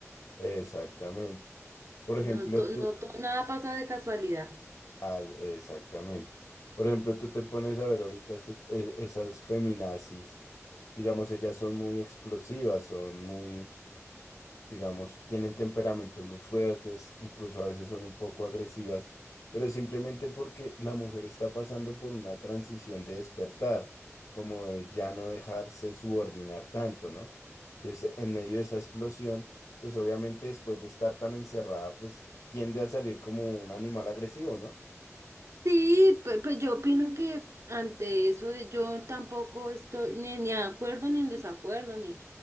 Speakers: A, on the left (about 85°); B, on the right (about 60°).
A: Exactamente. Por ejemplo,
B: No to-
A: tú,
B: no to- nada pasa de casualidad.
A: al- exactamente. Por ejemplo, tú te pones a ver ahorita ese- e- esas feminazis, digamos, ellas son muy explosivas, son muy digamos, tienen temperamentos muy fuertes, incluso a veces son un poco agresivas, pero simplemente porque la mujer está pasando por una transición de despertar, como de ya no dejarse subordinar tanto, ¿no? Entonces, en medio de esa explosión, pues obviamente después de estar tan encerrada, pues tiende a salir como un animal agresivo, ¿no?
B: Sí, pe- pues, yo opino que ante eso de- yo tampoco estoy ni, ni de acuerdo ni en desacuerdo, ni,